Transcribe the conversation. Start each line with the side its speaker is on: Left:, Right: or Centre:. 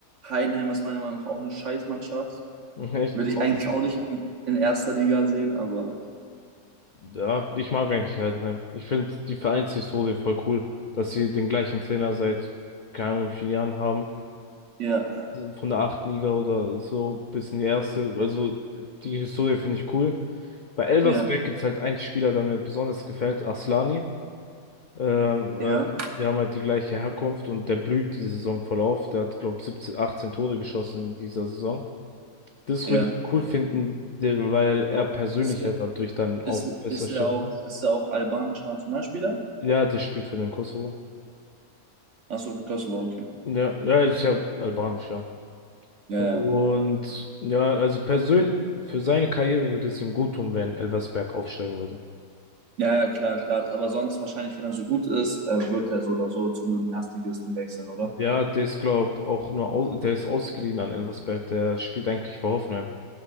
Right: Heidenheim ist meiner Meinung nach auch eine Scheißmannschaft.
Left: echt.
Right: würde
Left: warum?
Right: ich eigentlich auch nicht in, in erster Liga sehen, aber
Left: Ja, ich mag eigentlich Heidenheim. Ich finde die Vereinshistorie voll cool, dass sie den gleichen Trainer seit keine Ahnung wie vielen Jahren haben.
Right: ja,
Left: von der achten Liga oder so bis in die erste. Also die Historie finde ich cool. Bei Elversberg
Right: ja,
Left: gibt es halt einen Spieler, der mir besonders gefällt, Aslani. Ähm,
Right: ja,
Left: äh, wir haben halt die gleiche Herkunft und der blüht diese Saison voll auf. Der hat, glaube ich, 17, 18 Tore geschossen in dieser Saison. Das
Right: ja.
Left: würde ich cool finden, de- weil er persönlich
Right: Ist,
Left: ja dadurch dann auch
Right: ist,
Left: besser
Right: ist
Left: stehen
Right: er auch,
Left: würde.
Right: ist er auch albanischer Nationalspieler?
Left: Ja, das spielt für den Kosovo.
Right: Achso, Kosovo, okay.
Left: Ja, ja, ist ja albanisch, ja.
Right: Ja,
Left: Und
Right: ja.
Left: ja, also persönlich, für seine Karriere würde es ihm gut tun, wenn Elversberg aufsteigen würde.
Right: Ja, ja, klar, klar. Aber sonst wahrscheinlich, wenn er so gut ist, äh, wird er so oder so zu einem Erstligisten wechseln, oder?
Left: Ja, der ist, glaub, auch nur, aus, der ist ausgeliehen an Elversberg, der spielt eigentlich für Hoffenheim.